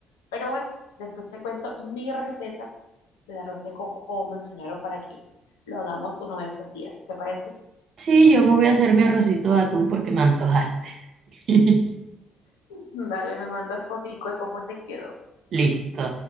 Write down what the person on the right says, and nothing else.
Sí, yo me voy a hacer mi arrocito de atún porque me antoja. <laughs>
Listo.